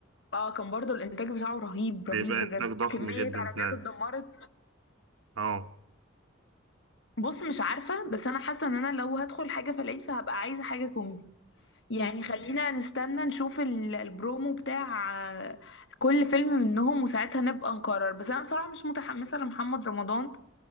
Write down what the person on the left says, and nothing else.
اه كان برضو الانتاج بتاعه رهيب رهيب
بجد
كمية
عربيات
اتدمرت
بص مش عارفة بس أنا حاسة إن أنا لو هدخل حاجة في العيد فهبقى عايزة حاجة كوميدي يعني خلينا نستنى نشوف ال- البرومو بتاع آه، كل فيلم منهم وساعتها نبقى نقرر بس أنا بصراحة مش متحمسة لمحمد رمضان